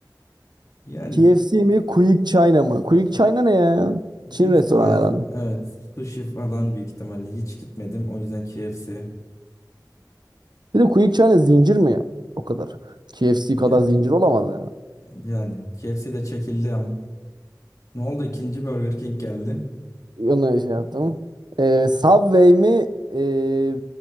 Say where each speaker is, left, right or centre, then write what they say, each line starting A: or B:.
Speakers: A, on the left; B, on the right.
A: Yani
B: KFC mi? Quick China mı? Quick China ne ya?
A: büyük
B: Çin restoranı
A: ihtimal
B: herhalde.
A: evet sushi falan büyük ihtimalle hiç gitmedim. O yüzden KFC.
B: Bir de Quick China zincir mi ya? O kadar. KFC
A: Ya-
B: kadar zincir olamaz yani.
A: Yani KFC de çekildi ama. Ne oldu? İkinci Burger King geldi.
B: Onu şey yaptım. Ee, Subway mi? Ee,